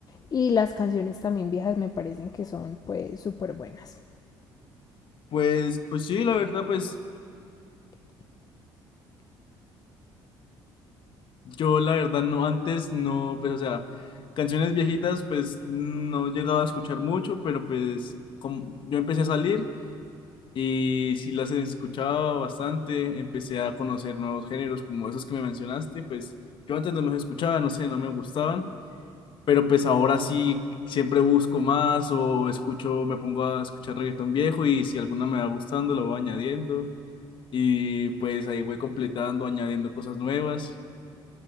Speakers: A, on the left (about 40°); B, on the left (about 55°).
A: Y las canciones también viejas me parecen que son pues súper buenas.
B: Pues, pues sí, la verdad, pues yo la verdad no, antes no, pues o sea, canciones viejitas pues no llegaba a escuchar mucho, pero pues como yo empecé a salir y sí las escuchaba bastante, empecé a conocer nuevos géneros como esos que me mencionaste, pues yo antes no los escuchaba, no sé, no me gustaban. pero pues ahora sí siempre busco más o escucho, me pongo a escuchar reggaetón viejo y si alguna me va gustando la voy añadiendo y pues ahí voy completando, añadiendo cosas nuevas,